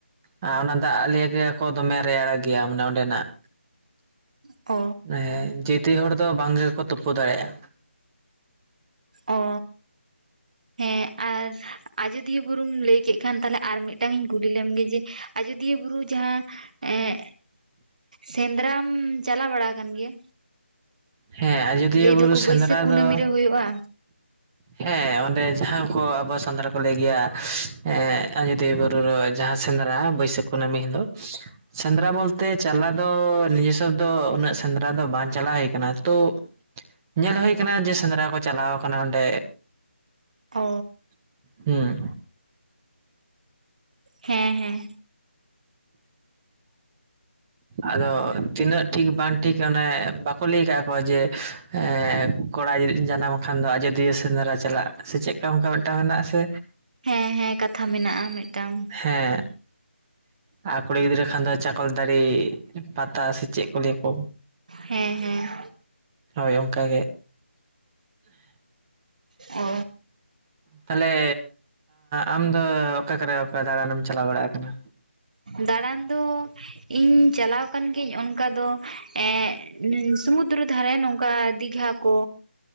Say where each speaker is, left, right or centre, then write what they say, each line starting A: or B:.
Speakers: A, on the right; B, on the right.
A: ᱟ ᱚᱱᱟ ᱫᱟᱜ ᱞᱟᱭᱹ ᱜᱮᱭᱟ ᱠᱚ ᱫᱚᱢᱮ ᱨᱮᱭᱟᱲ ᱜᱮᱭᱟ, ᱢᱟᱱᱮ ᱚᱸᱰᱮᱱᱟᱜ
B: ᱚ
A: ᱦᱮᱸ ᱡᱮᱭ ᱛᱮᱭ ᱦᱚᱲ ᱫᱚ ᱵᱟᱝ ᱜᱮᱠᱚ ᱛᱩᱯᱩ ᱫᱟᱲᱮᱜ-ᱟ
B: ᱚ ᱦᱮᱸ ᱟᱨ ᱟᱡᱚᱫᱤᱭᱟᱹ ᱵᱩᱨᱩᱢ ᱞᱟᱹᱭ ᱠᱮᱫ ᱠᱷᱟᱱ ᱛᱟᱦᱚᱞᱮ ᱟᱨ ᱢᱤᱫᱴᱟᱝ ᱤᱧ ᱠᱩᱞᱤ ᱞᱮᱢ ᱜᱮ ᱡᱮ ᱟᱡᱚᱫᱤᱭᱟᱹ ᱵᱩᱨᱩ ᱡᱟᱦᱟᱸ ᱮᱸ ᱥᱮᱸᱫᱽᱨᱟᱢ ᱪᱟᱞᱟᱣ ᱵᱟᱲᱟ ᱠᱟᱱ ᱜᱮᱭᱟ?
A: ᱦᱮᱸ ᱟᱡᱳᱫᱤᱭᱟᱹ
B: ᱞᱟᱹᱭ
A: ᱵᱩᱨᱩ
B: ᱫᱚᱠᱚ
A: ᱥᱮᱸᱫᱽᱨᱟ
B: ᱵᱟᱹᱭᱥᱟᱹᱠᱷ ᱠᱩᱱᱟᱹᱢᱤ
A: ᱫᱚ
B: ᱨᱮ ᱦᱩᱭᱩᱜᱼᱟ
A: ᱦᱮᱸ ᱚᱸᱰᱮ ᱡᱟᱦᱟᱸ ᱠᱚ ᱟᱵᱚ ᱥᱟᱱᱫᱽᱨᱟ ᱠᱚ ᱞᱟᱹᱭ ᱜᱮᱭᱟ ᱮᱸ ᱟᱡᱚᱫᱤᱭᱟᱹ ᱵᱩᱨᱩ <inaudible> ᱡᱟᱦᱟᱸ ᱥᱮᱸᱫᱽᱨᱟ ᱵᱟᱹᱭᱥᱟᱹᱠᱷ ᱠᱩᱱᱟᱹᱢᱤ ᱦᱤᱞᱳᱜ᱾ ᱥᱮᱸᱫᱽᱨᱟ ᱵᱚᱞ ᱛᱮ ᱪᱟᱞᱟ ᱫᱚ ᱱᱤᱡᱮ ᱥᱚᱵ ᱫᱚ ᱩᱱᱟᱹᱜ ᱥᱮᱸᱫᱽᱨᱟ ᱫᱚ ᱵᱟᱝ ᱪᱟᱞᱟᱣ ᱦᱩᱭ ᱠᱟᱱᱟ ᱛᱳ ᱧᱮᱞ ᱦᱳᱭ ᱟᱠᱟᱱᱟ ᱡᱮ ᱥᱮᱸᱫᱽᱨᱟ ᱠᱚ ᱪᱟᱞᱟᱣ ᱟᱠᱟᱱᱟ ᱚᱸᱰᱮ᱾
B: ᱚ
A: ᱦᱮᱸ᱾
B: ᱦᱮᱸ ᱦᱮᱸ᱾
A: ᱟᱫᱚ ᱛᱤᱱᱟᱹᱜ ᱴᱷᱤᱠ ᱵᱟᱝ ᱴᱷᱤᱠ ᱚᱱᱮ ᱵᱟᱠᱚ ᱞᱟᱹᱭ ᱠᱟᱜ-ᱟ ᱠᱚ ᱡᱮ ᱮᱸᱻ᱾ ᱠᱚᱲᱟ ᱡᱩᱫᱤ-ᱡᱟᱱᱟᱢ ᱠᱷᱟᱱ ᱫᱚ ᱟᱡᱚᱫᱤᱭᱟᱹ ᱥᱮᱸᱫᱽᱨᱟ ᱪᱟᱞᱟᱜ ᱥᱮ ᱪᱮᱫᱠᱟ ᱚᱱᱠᱟ ᱢᱤᱫᱴᱟᱝ ᱢᱮᱱᱟᱜ-ᱟ ᱥᱮ᱾
B: ᱦᱮᱸ ᱦᱮᱸ ᱠᱟᱛᱷᱟ ᱢᱮᱱᱟᱜᱼᱟ ᱢᱮᱫᱴᱟᱝ᱾
A: ᱦᱮᱸ᱾ ᱟᱨ ᱠᱩᱲᱤ ᱜᱤᱫᱽᱨᱟᱹ ᱠᱷᱟᱱ ᱫᱚ ᱪᱟᱠᱚᱞ ᱛᱟᱹᱲᱤ, ᱯᱟᱛᱟ ᱥᱮ ᱪᱮᱫ ᱠᱚ ᱞᱟᱹᱭᱟ ᱠᱚ᱾
B: ᱦᱮᱸ ᱦᱮᱸ᱾
A: ᱦᱳᱭ ᱚᱱᱠᱟ ᱜᱮ᱾
B: ᱚ
A: ᱛᱟᱦᱚᱞᱮ ᱟᱢ ᱫᱚ ᱚᱠᱟ ᱠᱚᱨᱮ ᱚᱠᱟ ᱫᱟᱬᱟᱱᱮᱢ ᱪᱟᱞᱟᱣ ᱵᱟᱲᱟᱜ ᱟᱠᱟᱱᱟ
B: ᱫᱟᱬᱟᱱ ᱫᱚ ᱤᱧ ᱪᱟᱞᱟᱣ ᱟᱠᱟᱱ ᱜᱤᱭᱟᱹᱧ ᱚᱱᱠᱟ ᱫᱚ ᱮᱼᱼ ᱥᱩᱢᱩᱫᱨᱚ ᱫᱷᱟᱨᱮ ᱱᱚᱝᱠᱟ ᱫᱤᱜᱷᱟ ᱠᱚᱼᱼ